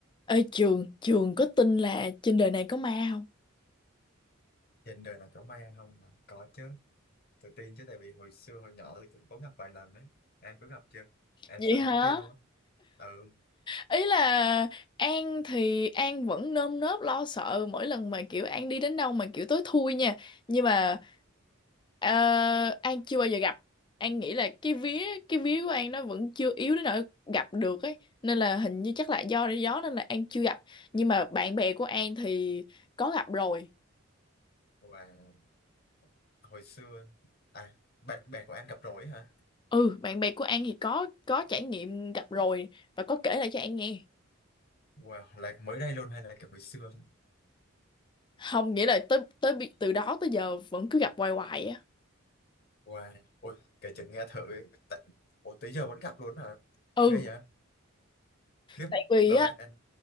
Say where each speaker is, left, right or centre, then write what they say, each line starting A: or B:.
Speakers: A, on the left; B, on the left.
A: ở trường trường có tin là trên đời này có ma không
B: trên đời nào có may ăn không hả? có chứ tự tin chứ tại vì hồi xưa hồi nhỏ thì cũng có gặp vài lần đấy em có gặp chưa em
A: vậy
B: sợ
A: hả
B: em có tin không á ừ
A: ý là An thì An vẫn nơm nớp lo sợ mỗi lần mà kiểu An đi đến đâu mà kiểu tối thui nha nhưng mà ờ, An chưa bao giờ gặp An nghĩ là cái vía cái vía của An nó vẫn chưa yếu đến nỗi gặp được ấy nên là hình như chắc là do gió nên là An chưa gặp nhưng mà bạn bè của An thì có gặp rồi
B: và hồi xưa à bạn bè của anh gặp rồi hả
A: ừ bạn bè của An thì có có trải nghiệm gặp rồi và có kể lại cho An nghe
B: wow là mới đây luôn hay là kiểu hồi xưa thôi?
A: không nghĩa là tới tới bi- từ đó tới giờ vẫn cứ gặp hoài hoài á
B: wow ôi kể chừng nghe thử tại ủa tới giờ vẫn gặp luôn hả
A: ừ
B: ghê vậy khiếp
A: tại vì
B: đâu
A: á
B: anh anh